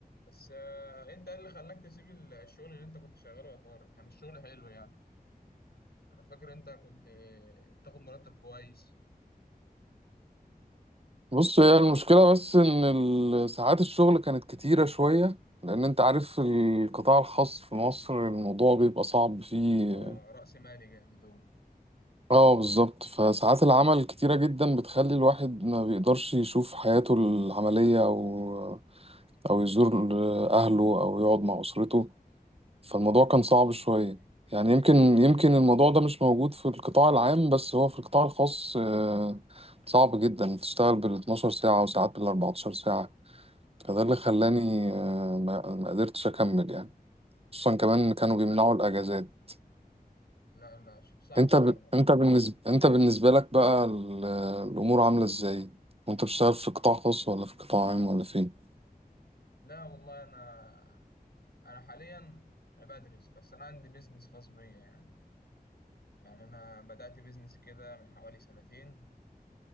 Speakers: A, on the left; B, on the right.
A: بس آه، انت ايه اللي خلاك تسيب ال- الشغل اللي انت كنت شغاله يا طارق كان الشغل حلو يعني انا فاكر انت كنت آه، بتاخد مرتب كويس
B: بص هي المشكلة بس إن ال- ساعات الشغل كانت كتيرة شوية لأن أنت عارف القطاع الخاص في مصر الموضوع بيبقى صعب فيه
A: اه رأس مالي جامد هو
B: اه بالظبط فساعات العمل كتيرة جدا بتخلي الواحد ما بيقدرش يشوف حياته العملية أو أو يزور أهله أو يقعد مع أسرته فالموضوع كان صعب شوية
A: مم.
B: يعني يمكن
A: كان-
B: يمكن الموضوع ده مش موجود في القطاع العام بس هو في القطاع الخاص آه، صعب جدا تشتغل بال 12 ساعة وساعات بال 14 ساعة فده اللي خلاني آه، ما ما قدرتش اكمل يعني خصوصا كمان
A: اه
B: كانوا بيمنعوا الاجازات
A: لا لا ش- صعب
B: انت ب...
A: برضه
B: انت بالنسبه انت بالنسبه لك بقى ال... الامور عامله ازاي وانت بتشتغل في قطاع خاص ولا في قطاع عام ولا فين
A: لا والله انا انا حاليا بدرس بس انا عندي بيزنس خاص بيا يعني يعني انا بدأت بيزنس كده من حوالي سنتين